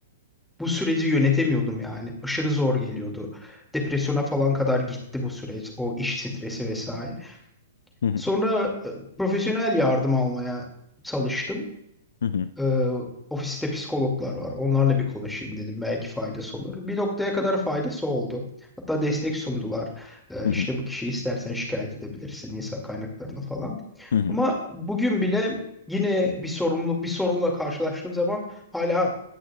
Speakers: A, in the centre; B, on the left (about 70°).
A: bu süreci yönetemiyordum yani. Aşırı zor geliyordu. Depresyona falan kadar gitti bu süreç. O iş stresi vesaire.
B: hı hı.
A: Sonra e, profesyonel yardım almaya çalıştım.
B: hı, hı hı,
A: E, ofiste psikologlar var. Onlarla bir konuşayım dedim. Belki faydası olur. Bir noktaya kadar faydası oldu. Hatta destek sundular. E,
B: hı
A: işte bu kişiyi istersen şikayet edebilirsin insan kaynaklarını falan.
B: hı, hı.
A: Ama bugün bile yine bir sorumluluk, bir sorunla karşılaştığım zaman hala